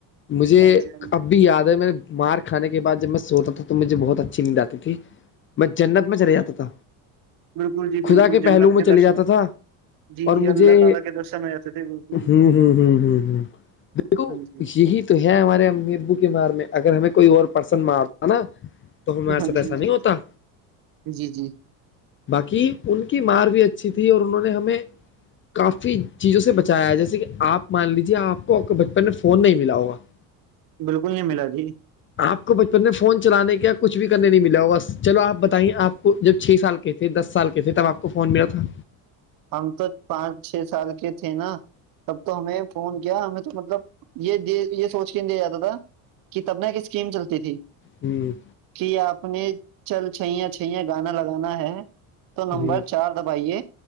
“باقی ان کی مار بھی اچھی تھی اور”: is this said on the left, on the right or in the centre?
Left